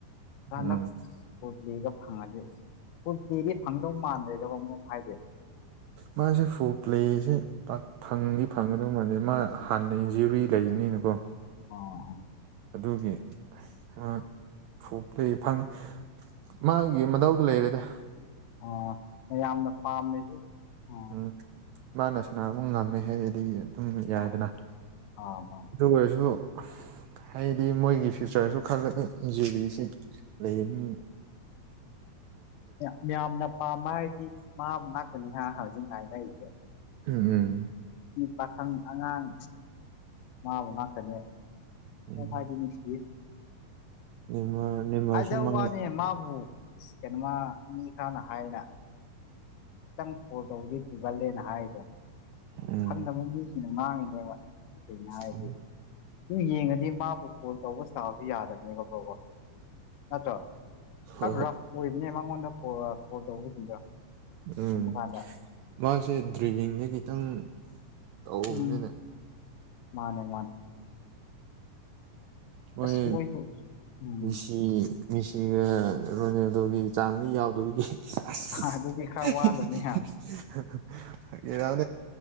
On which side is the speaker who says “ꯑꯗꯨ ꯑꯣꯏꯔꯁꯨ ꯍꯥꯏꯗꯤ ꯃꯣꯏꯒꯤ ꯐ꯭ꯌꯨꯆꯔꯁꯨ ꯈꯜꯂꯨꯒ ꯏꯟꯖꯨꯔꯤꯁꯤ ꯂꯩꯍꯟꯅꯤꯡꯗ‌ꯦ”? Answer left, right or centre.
Right